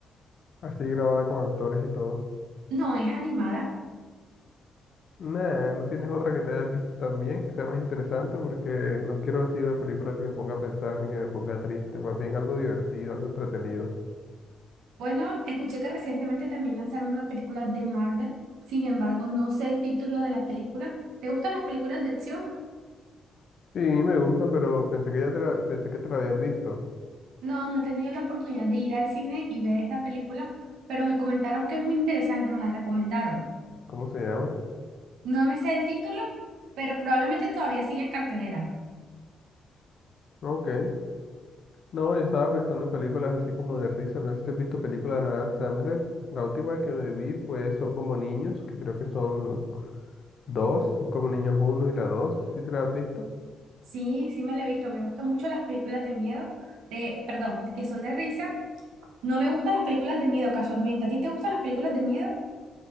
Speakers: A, on the left; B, on the right.
A: así grabada con actores y todo?
B: No, es animada.
A: Nah, no tienes otra que te hayas visto también que sea más interesante porque no quiero así una película que me ponga a pensar ni que me ponga triste, más bien algo divertido, algo entretenido.
B: Bueno, escuché que recientemente también lanzaron una película de Marvel, sin embargo, no sé el título de la película. ¿Te gustan las películas de acción?
A: Sí, me gusta, pero pensé que ya te la, pensé que te la habías visto.
B: No, no he tenido la oportunidad de ir al cine y ver esta película, pero me comentaron que es muy interesante, me la recomendaron.
A: ¿Cómo se llama?
B: No me sé el título, pero probablemente todavía sigue en cartelera.
A: Ok. No, yo estaba pensando en películas así como de risa. No sé si has visto películas de Adam Sandler. La última que me vi fue Son como niños, que creo que son dos, Son como niños uno y la dos. ¿Sí te la has visto?
B: Sí, sí me la he visto. Me gustan mucho las películas de miedo, de, perdón, que son de risa. No me gustan las películas de miedo casualmente. ¿A ti te gustan las películas de miedo?